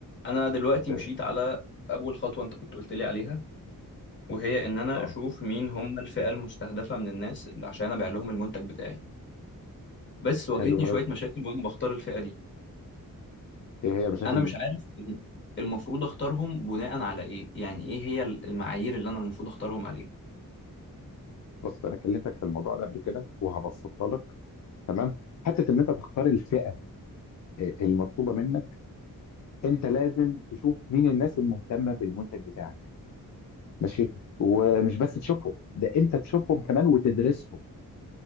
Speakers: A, on the left; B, on the left.
A: انا دلوقتي
B: ازاي
A: مشيت على اول خطوه انت كنت قلت لي عليها وهي ان انا
B: اه
A: اشوف مين هم الفئه المستهدفه من الناس اللي عشان ابيع لهم المنتج بتاعي بس واجهتني
B: حلو قوي
A: شويه مشاكل وانا بختار الفئه دي
B: هي هي المشاكل
A: انا مش
B: دي
A: عارف المفروض اختارهم بناء على ايه يعني ايه هي المعايير اللي انا المفروض اختارهم عليها
B: بص انا كلمتك في الموضوع ده قبل كده وهبسطها لك تمام حته ان انت تختار الفئه آه، المطلوبه منك انت لازم تشوف مين الناس المهتمه بالمنتج بتاعك ماشي ومش بس تشوفهم ده انت تشوفهم كمان وتدرسهم